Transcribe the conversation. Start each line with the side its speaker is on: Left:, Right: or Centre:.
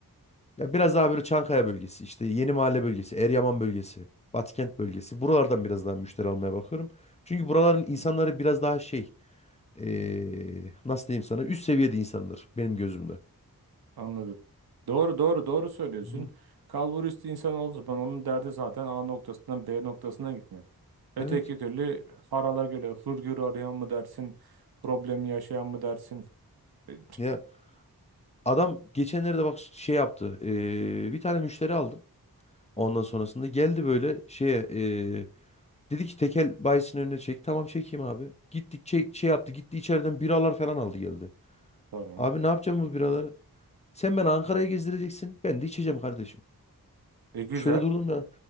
Left: Ya biraz daha böyle Çankaya bölgesi, işte Yeni Mahalle bölgesi, Eryaman bölgesi, Batıkent bölgesi. Buralardan biraz daha müşteri almaya bakıyorum. Çünkü buraların insanları
Right: hı.
Left: biraz daha şey, e, nasıl diyeyim sana, üst seviyede insanlar benim gözümde.
Right: Anladım. Doğru doğru doğru söylüyorsun.
Left: Hı.
Right: Kalburiüstü insan olduğu zaman onun derdi zaten A noktasından B noktasına gitmek. Öteki
Left: Evet.
Right: türlü harala göre hırgür arayan mı dersin, problemi yaşayan mı dersin? E,
Left: Ya Adam geçenlerde bak şey yaptı. eee, bir tane müşteri aldım. Ondan
Right: hı hı.
Left: sonrasında geldi böyle şeye eee, dedi ki tekel bayisinin önüne çek. Tamam çekeyim abi. Gittik çek, şey yaptı. Gitti içeriden biralar falan aldı geldi.
Right: Tamam.
Left: Abi ne yapacağım bu biraları? Sen beni Ankara'ya gezdireceksin. Ben de içeceğim kardeşim.
Right: E güzel.
Left: Şöyle durdum ya.